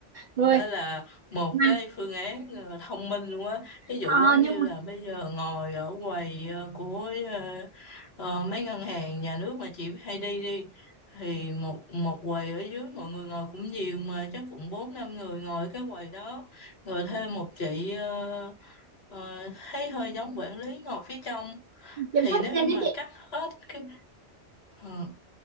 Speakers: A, on the right; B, on the left.
A: rồi
B: hay là một
A: mà
B: cái phương án ờ, thông minh luôn á ví dụ
A: ờ,
B: giống
A: nhưng
B: như
A: mà
B: là bây giờ ngồi ở quầy ờ, của ờ, ờ, mấy ngân hàng nhà nước mà chị hay đi đi thì một một quầy ở dưới mọi người ngồi cũng nhiều mà chắc cũng bốn năm người ngồi cái quầy đó rồi thêm một chị ờ, ờ, thấy hơi giống quản lý ngồi phía trong
A: kiểm
B: thì
A: soát
B: nếu
A: viên
B: như
A: đó
B: mà
A: chị
B: cắt hết cái ờ,